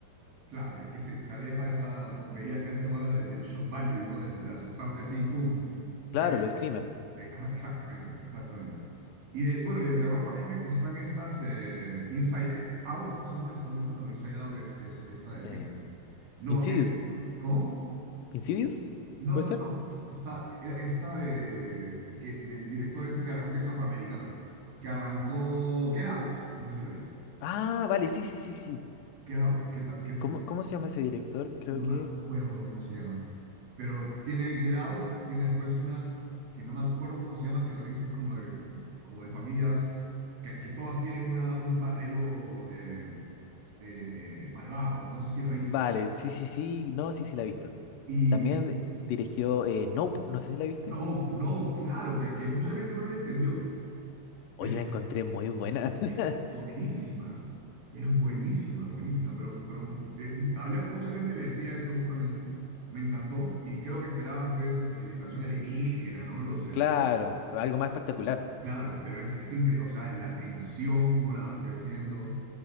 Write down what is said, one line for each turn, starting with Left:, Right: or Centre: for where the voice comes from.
Right: Claro, que, que se, se aleja de esta tontería que hacen ahora de- del shock value, ¿no? Del- de asustarte así, ¡pum!
Left: Claro,
Right: Eh,
Left: lo Screamer.
Right: eh, ajá, exactamente, exactamente. Y de, bueno, y de terror también están estas eh, Inside eh, Out, ¿cómo se llama esta última? No, Inside Out es, es esta de
Left: Eh,
Right: Pixar. No,
Left: Insidious.
Right: es, ¿cómo?
Left: ¿Insidious?
Right: No,
Left: ¿Puede
Right: no,
Left: ser?
Right: no, no. Está, era esta de, que, del director este que arrancó, que es afroamericano, que arrancó Get Out, no sé si la viste.
Left: Ah, vale, sí, sí, sí, sí.
Right: Get Out, que, ta- que es
Left: ¿Cómo, cómo se llama ese director? Creo
Right: no
Left: que...
Right: me acuerdo cómo se llama, pero tiene Get Out, tiene después una que no me acuerdo cómo se llama, que también es como de, como de familias, que, que todas tienen una, un paralelo eh, eh, eh, malvado, no sé si lo viste.
Left: Vale, sí, sí, sí. No, sí, sí, la he visto.
Right: Y
Left: También dirigió eh, Nope, no sé si la viste.
Right: no, no, claro, que, que mucha gente no la entendió, pero
Left: Oye, la encontré muy buena. <laughs>
Right: es buenísima. Es buenísima, buenísima, pero, pero eh, mu- hablé con mucha gente, le decía esto justamente, me encantó y creo que esperaban pues este, la invasión alienígena, ¿no? Los, eh,
Left: Claro, algo más espectacular.
Right: Claro, pero es, es increíble, o sea, la tensión, cómo la van creciendo.